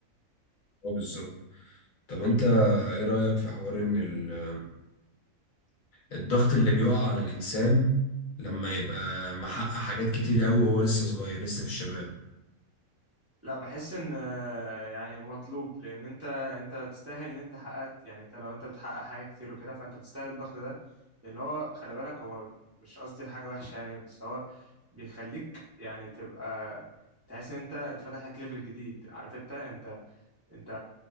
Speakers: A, on the left; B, on the right.
A: هو بالظبط طب أنت إيه رأيك في حوار إن ال-
B: مم.
A: الضغط اللي بيقع على الإنسان لما يبقى محقق حاجات كتير أوي وهو لسه صغير لسه في الشباب
B: لا بحس إن آه، يعني مطلوب لأن أنت أنت تستاهل إن أنت حققت يعني أنت لو أنت بتحقق حاجة كتير وكده فأنت تستاهل الضغط ده لأن هو خلي بالك هو مش قصدي حاجة وحشة يعني بس هو بيخليك يعني تبقى تحس إن أنت اتفتح لك ليفل جديد عارف أنت أنت انت